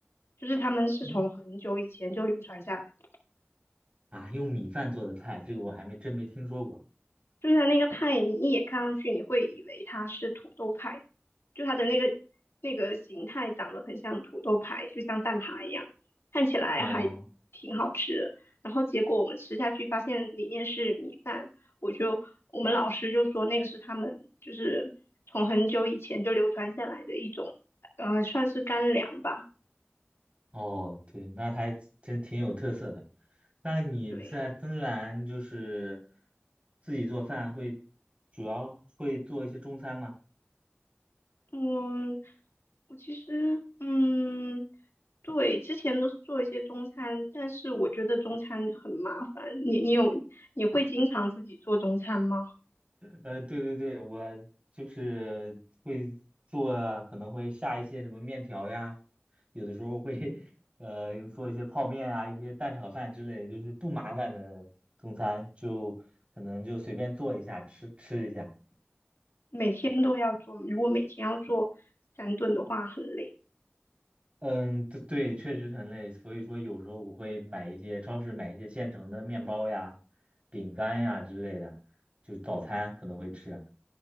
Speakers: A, on the left (about 75°); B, on the right (about 30°).
A: 就是他们是从很久以前就流传下来的。
B: 嗯，啊，用米饭做的菜，这个我还没真没听说过。
A: 就是它那个派，你一眼看上去，你会以为它是土豆派，就它的那个那个形态长得很像土豆派，就像蛋挞一样，看起来还挺好吃的。
B: 哦
A: 然后结果我们吃下去，发现里面是米饭，我就我们老师就说那个是他们就是从很久以前就流传下来的一种，呃，算是干粮吧，
B: 哦，对，那还真挺有特色的。那你在芬兰就是
A: 对。
B: 自己做饭会，主要会做一些中餐吗？
A: 我我其实嗯，对，之前都是做一些中餐，但是我觉得中餐很麻烦。你你有你会经常自己做中餐吗？
B: 呃，对对对，我就是会做啊，可能会下一些什么面条呀，有的时候会 <laughs> 呃做一些泡面啊，一些蛋炒饭之类的就是不麻烦的中餐，就可能就随便做一下吃吃一下。
A: 每天都要做吗如果每天要做三顿的话，很累。
B: 嗯，对对，确实很累，所以说有时候我会买一些超市买一些现成的面包呀、饼干呀之类的，就早餐可能会吃。